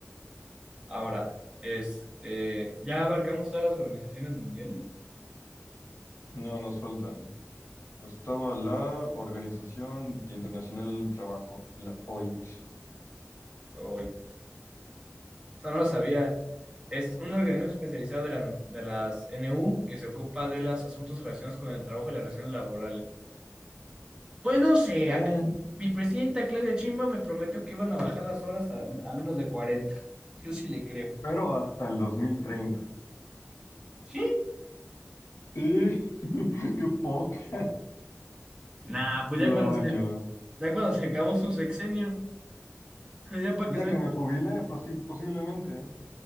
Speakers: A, on the right (about 15°); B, on the left (about 75°).
A: Ahora, este, ¿ya abarcamos todas las organizaciones mundiales?
B: No, nos faltan. Estaba la Organización Internacional del Trabajo, la OIT.
A: Hoy, o sea, no lo sabía. Es un organismo especializado de, la- de las NU que se ocupa de los asuntos relacionados con el trabajo y las relaciones laborales. Pues no sé,
B: Eh,
A: acá mi presidenta Claudia Chimba me prometió que iban a bajar las horas a, a menos de 40. Yo sí le creo.
B: pero hasta el 2030.
A: ¿Sí?
B: Sí, <laughs> qué poca.
A: Nah, pues
B: Se
A: ya
B: la
A: cuando
B: bañó.
A: se, ya cuando se acabó su sexenio, <laughs> ya para que
B: Ya
A: sea, el-
B: que me jubile, posi- posiblemente. ¿eh?